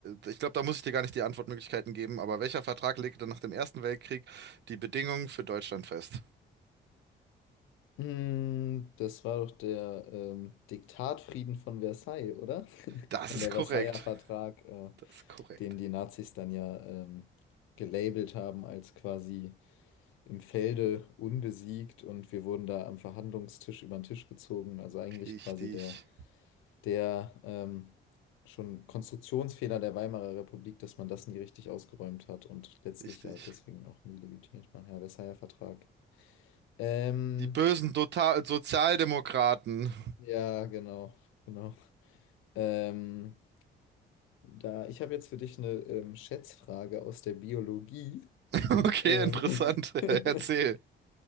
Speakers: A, on the right; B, on the left.
A: Äh, ich glaube, da muss ich dir gar nicht die Antwortmöglichkeiten geben, aber welcher Vertrag legte nach dem Ersten Weltkrieg die Bedingungen für Deutschland fest?
B: Mm, Das war doch der ähm, Diktatfrieden von Versailles, oder? <laughs>
A: Das
B: Nein,
A: ist
B: der
A: korrekt.
B: Versailler Vertrag, äh,
A: Das ist korrekt.
B: den die Nazis dann ja ähm, gelabelt haben als quasi im Felde unbesiegt und wir wurden da am Verhandlungstisch über den Tisch gezogen. Also eigentlich
A: Richtig.
B: quasi der, der ähm, schon Konstruktionsfehler der Weimarer Republik, dass man das nie richtig ausgeräumt hat und letztlich
A: Richtig.
B: ja deswegen auch nie legitimiert war. Ja, Versailler Vertrag. Ähm,
A: Die bösen Total Sozialdemokraten. <laughs>
B: ja, genau, genau. Ähm, da, ich habe jetzt für dich eine ähm, Schätzfrage aus der Biologie.
A: Okay,
B: Ähm,
A: interessant. <laughs>
B: <laughs>
A: Erzähl.